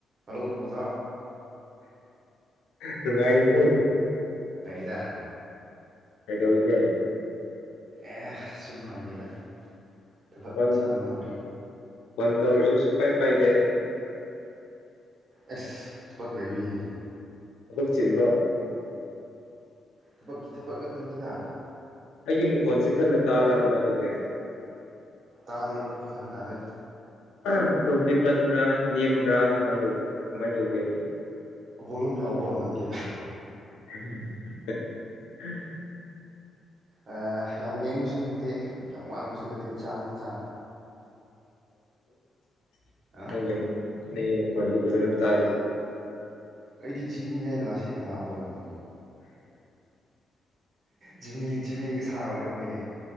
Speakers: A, on the right (about 55°); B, on the left (about 75°).
A: Hello ꯑꯣꯖꯥ
B: ꯅꯨꯡꯉꯥꯏ ꯔꯤꯕꫭ
A: ꯗ
B: ꯀꯩꯗꯧꯔꯤꯒꯦ
A: ꯑꯦ ꯁꯨꯝ ꯐꯝꯃꯤꯗ ꯊꯕꯛ
B: ꯐꯣꯟ
A: ꯃꯆꯥ ꯑꯃ ꯇꯧꯔꯤ
B: ꯐꯣꯟ ꯇꯧꯔꯁꯨ ꯁꯨꯄꯥꯏ ꯐꯥꯏꯗꯦ
A: ꯑꯁ ꯊꯕꯛ ꯂꯩꯏꯕꯩꯅꯤꯅꯦ
B: ꯊꯕꯛ ꯆꯤꯟꯕ꯭ꯔꯣ
A: ꯊꯕꯛꯀꯤ ꯊꯕꯛ ꯉꯥꯛꯇꯅꯤꯗ
B: ꯑꯩꯒꯤ ꯃꯈꯣꯟꯁꯤ ꯀꯟꯅ ꯇꯥꯕ꯭ꯔꯥ ꯀꯃꯥꯏꯅ ꯇꯧꯒꯦ
A: ꯇꯥꯗꯦ ꯐꯖꯅ ꯇꯥꯗꯦ
B: ꯑ ꯃꯈꯣꯟꯁꯦ ꯀꯟꯕ꯭ꯔꯥ ꯅꯦꯝꯕ꯭ꯔꯥ ꯀꯃꯥꯏꯅ ꯇ ꯀꯃꯥꯏꯅ ꯇꯧꯒꯦꯕ
A: ꯚꯣꯂꯨꯝ ꯌꯥꯎꯕꯣ ꯅꯪꯒꯤ
B: ꯎ ꯎꯝ
A: ꯑ ꯌꯥꯝ ꯅꯦꯝꯕꯁꯨ ꯅꯠꯇꯦ ꯌꯥꯝ ꯋꯥꯡꯕꯁꯨ ꯅꯠꯇꯦ ꯆꯥꯡꯅꯤ ꯆꯥꯡ
B: <inaudible>
A: ꯑ
B: ꯅꯪꯒꯤ ꯃꯈꯣꯟꯗꯤ ꯐꯖꯅ ꯇꯥꯔꯤ
A: ꯑꯩꯗꯤ ꯖꯤꯞꯃꯤ ꯂꯥꯛꯁꯤ ꯀꯅꯥꯔꯣ ꯑꯣꯏꯍꯟꯅꯤꯡꯅꯦ ꯖꯤꯃꯤ ꯖꯤꯃꯤꯒ ꯁꯥꯔ ꯑꯣꯏꯔꯣ ꯃꯤꯅꯦ